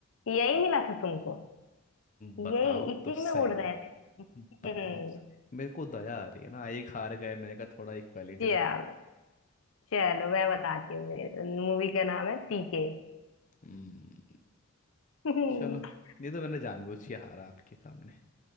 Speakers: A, on the left; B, on the left.
A: यही मिला था तुमको
B: बताओ
A: यही इसी
B: तो सही
A: में उड़ रहे थे
B: बताओ
A: हम्म
B: तो सही। मेरे को दया आ रही है ना एक हार गए मैंने कहा थोड़ा इक्वालिटी
A: चलो
B: रख
A: चलो मैं बताती हूँ मूवी का नाम है पीके
B: हम्म
A: <laughs>
B: चलो ये तो मैंने जानबूझ के हारा आपके सामने